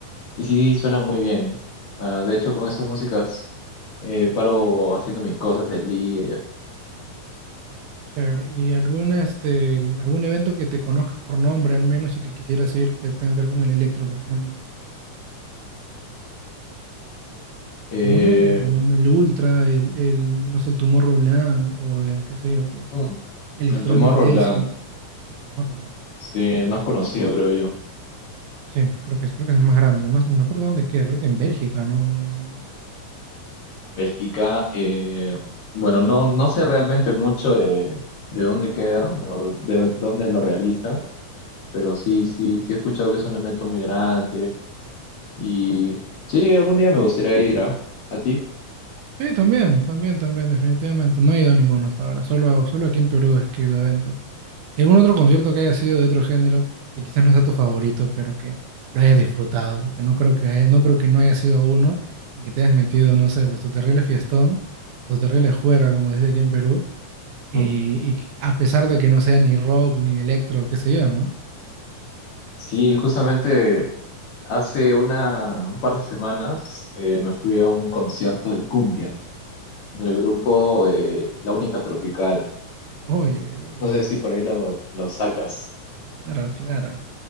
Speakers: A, on the left; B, on the right.
A: Y sí, suenan muy bien. Ah, de hecho, con esas músicas eh, paro haciendo mis cosas del día y así.
B: Chévere, qué chévere. ¿Y algún, este, algún evento que te conozcas por nombre al menos y que quisieras ir que tenga que ver con el electro, por ejemplo?
A: Eh,
B: Alguno, no, no, el Ultra, el, el, no sé, el Tomorrowland o el, qué sé yo, pues,
A: mm,
B: Electronic
A: el Tomorrowland,
B: Daisy. Ah, El Tomorrowland.
A: sí, el más conocido, creo yo.
B: Sí, creo que sí, creo que es el más grande. No, sé, ni me acuerdo dónde queda, creo que en Bélgica, no, no, no.
A: Bélgica, eh, bueno, no, no sé realmente mucho de, de dónde queda o de dónde lo realiza Pero sí, sí, sí he escuchado que es un evento muy grande y sí, algún día me gustaría ir, ¿ah? ¿A ti?
B: Sí, también, también, también, definitivamente. No he ido a ninguno hasta ahora. Solo, solo aquí en Perú es que he ido a eventos. ¿Y algún otro concierto que haya sido de otro género que quizás no sea tu favorito, pero que lo hayas disfrutado? Porque no creo que haya- no creo que no haya sido a uno y que te hayas metido, no sé, pues tu terrible fiestón, tu terrible juerga, como dice aquí en Perú, y,
A: <laughs>
B: y a pesar de que no sea ni rock, ni electro, qué sé yo, ¿no?
A: Sí, justamente hace una, un par de semanas eh, me fui a un concierto de cumbia del grupo eh, La Única Tropical.
B: Uy, uy, uy.
A: No sé si por ahí lo, lo sacas.
B: Claro, claro.